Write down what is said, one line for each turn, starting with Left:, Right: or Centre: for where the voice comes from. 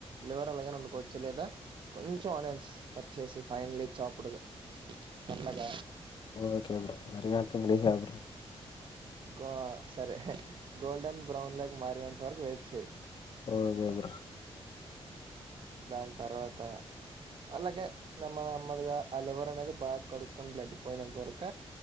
Right: లివర్ అలాగనే వండుకోవచ్చు లేదా కొంచెం ఆనియన్స్ కట్ చేసి ఫైనలీ చాపుడ్ సన్నగా.
Left: ఓకే బ్రో మరి అంత ఇంగ్లీష్ కాదు బ్రో
Right: గోవా సరే గోల్డన్ బ్రౌన్లోకి మరిన్ త వరకు వెయిట్ చెయ్
Left: ఓకే బ్రో
Right: దాన్ తర్వాత అలాగే నెమ్మ నెమ్మదిగా ఆ లివర్ అనేది బాగా కడుకొని బ్లడ్ పోయినంత వరక